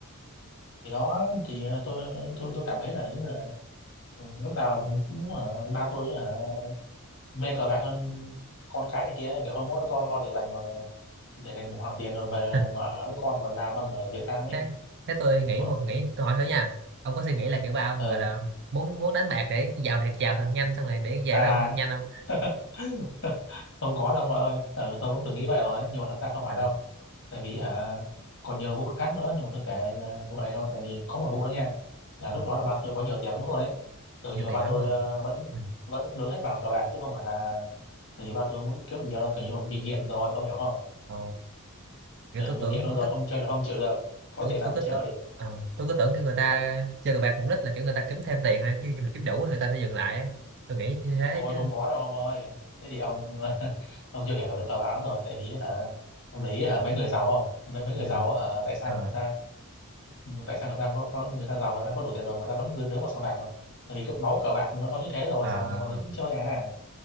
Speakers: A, on the left (about 55°); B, on the right (about 50°).
A: thì đó thì ờ, tôi tôi tôi cảm thấy là giống như là ừ, lúc nào cũng ờ, ba tôi uh, mê cờ bạc hơn con cái này kia kiểu không có do lo để dành mà để dành một khoản tiền rồi về
B: <laughs>
A: mà ở với con rồi làm ăn ở Việt Nam ấy
B: thế thế tôi nghĩ
A: thôi
B: một nghĩ tôi hỏi thử nha ông có suy nghĩ là kiểu ba ông
A: ừ
B: gọi là muốn muốn đánh bạc để giàu thiệt giàu thật nhanh xong rồi để về
A: à
B: với ông thật nhanh không
A: <laughs> không có đâu mọi ơi ừ, tôi cũng từng nghĩ vậy rồi nhưng mà thật ra không phải
B: à,
A: đâu tại vì hả còn nhiều vụ khác nữa nhưng mà tôi kể ờ, vụ này thôi tại vì có một vụ nữa nha là
B: ờ,
A: lúc đó là ba tôi có nhiều tiền lắm luôn đấy ừ,
B: nhiều
A: nhưng mà
B: tiền
A: ba
B: lắm
A: tôi
B: luôn
A: ờ, vẫn
B: ừ.
A: vẫn nướng hết vào cờ bạc chứ không phải là tại vì ba tôi muốn kiếm được nhiều đâu kiểu như là bị nghiện rồi ông hiểu không
B: Ờ,
A: ừ,
B: kiểu tôi
A: bị
B: tưởng
A: nghiện luôn
B: có
A: rồi
B: tức
A: không chơi là không chịu được có
B: tôi,
A: tiền là
B: tôi
A: phải
B: cứ tưởng
A: chơi
B: ờ, tôi cứ tưởng kiểu người ta chơi cờ bạc mục đích là kiểu người ta kiếm thêm tiền hay khi mình kiếm đủ thì người ta sẽ dừng lại ấy. tôi nghĩ như thế
A: ôi
B: chứ
A: không có đâu ông ơi thế thì ông <laughs> ông chưa hiểu về cờ bạc lắm rồi tại vì hả ông để ý hả mấy người giàu không mấy mấy người
B: ừ.
A: giàu á, hả tại sao
B: ờ
A: người ta Ừ, tại sao người ta có, có người ta giàu người ta có đủ tiền rồi mà người ta vẫn cứ nướng vào sòng bạc rồi tại vì cái máu cờ bạc nó, nó như thế rồi
B: ờ
A: giàu nghèo gì cũng chơi à